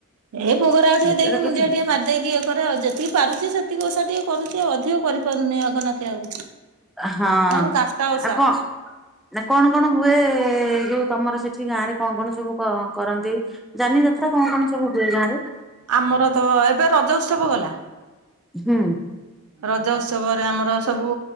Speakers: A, on the right; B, in the centre.
A: ଏ ଭୋଗରାଗ ଟିକେ
B: ଏଇଟାର
A: ଦେଇକି,
B: କିଛି
A: ମୁଣ୍ଡିଆ ଟିକେ ମାରିଦେଇକି, ଇଏ କରେ ଆଉ ଯେତିକି ପାରୁଛି ସେତିିକି ଓଷା ଟିକେ କରୁଛି ଆଉ ଅଧିକ କରିପାରୁନି ଆଗନାଖେ ଆଉ
B: ହଁ
A: ଆଉରି ଚାରିଟା ଓଷା।
B: ଆଉ କଣ ନା କଣ କଣ ହୁଏ ଯୋଉ ତମର ସେଠି କିଛି ଗାଁ ରେ କଣ କଣ ସବୁ କରନ୍ତି, ଯାନି ଯାତ୍ରା କଣ କଣ ସବୁ ହୁଏ ଗାଁରେ।
A: ଆମର ତ ଏବେ ରଜ ଉତ୍ସବ ଗଲା।
B: ହୁଁ।
A: ରଜ ଉତ୍ସବରେ ଆମର ସବୁ,